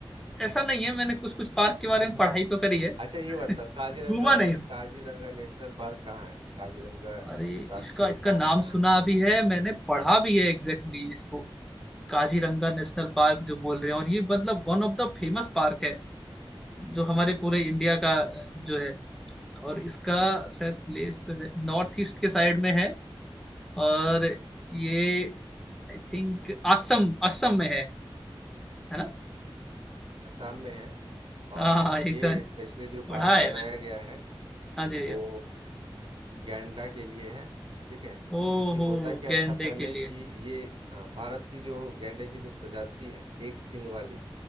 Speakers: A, in the centre; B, on the right.
A: ऐसा नहीं है मैंने कुछ कुछ पार्क के
B: <laughs>
A: बारे में पढ़ाई तो करी है
B: अच्छा ये बताओ
A: <laughs> घूमा
B: काजीरंगा
A: नहीं हूं
B: काजीरंगा नेशनल पार्क कहाँ है काजीरंगा
A: अरे
B: राष्ट्रीय
A: इसका इसका
B: उद्यान
A: नाम
B: कहाँ
A: सुना
B: है
A: भी है मैंने पढ़ा भी है एग्जैक्टली exactly इसको काजीरंगा नेशनल पार्क जो बोल रहे हैं और ये मतलब one of the famous park है जो हमारे पूरे इंडिया का अ, जो है और इसका शायद प्लेस जो है नॉर्थ ईस्ट के साइड में है और ये आई थिंक असम असम में है है ना
B: असम में है
A: हाँ
B: और
A: हाँ एकदम
B: ये स्पेशली जो पार्क
A: पढ़ा है
B: बनाया
A: मैंने
B: गया है
A: हाँ जी भैया
B: वो गैंडा के लिए है ठीक है क्योंकि
A: ओ हो
B: होता क्या
A: गैंडे
B: था पहले
A: के लिए
B: कि ये हाँ भारत की जो गैंडे की जो प्रजाति है एक सींग वाली